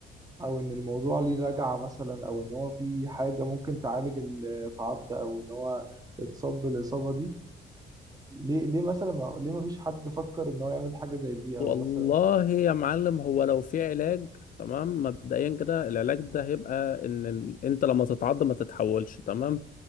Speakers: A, on the right (about 20°); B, on the left (about 45°).
A: او ان الموضوع ليه رجعة مثلا او ان هو في حاجة ممكن تعالج التعض او ان هو اتصاب بالاصابة دي ليه ليه مثلا ما ليه ما فيش حد فكر ان هو يعمل حاجة زي دي
B: والله
A: او مثلا
B: يا معلم هو لو في علاج تمام مبدئيا كده العلاج ده هيبقى ان ال... انت لما تتعض ما تتحولش تمام